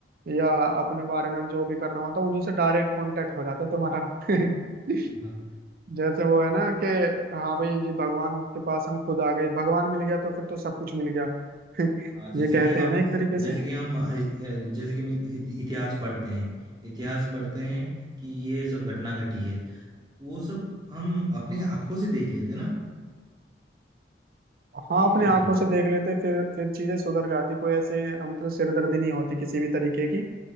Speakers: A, on the right; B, on the right.
A: या अपने बारे में जो भी करना होता उन्हीं से डायरेक्ट कांटेक्ट हो जाता तुम्हारा <laughs>
B: हाँ
A: जैसे वो है ना कि हाँ भाई जी भगवान के पास हम खुद आ गए भगवान मिल गया तो फिर तो सब कुछ मिल गया <laughs> ये
B: हाँ, जैसे
A: कहते
B: कि हम
A: हैं ना एक तरीके
B: जैसे
A: से
B: कि हम अ, जैसे कि हम इति- इतिहास पढ़ते हैं इतिहास पढ़ते हैं कि ये सब घटना घटी है वो सब हम अपनी आंखों से देख लेते हैं ना
A: हाँ
B: है कि
A: अपनी
B: नहीं
A: आंखों से देख लेते फिर फिर चीजें सुधर जाती कोई ऐसे मतलब सिरदर्दी नहीं होती किसी भी तरीके की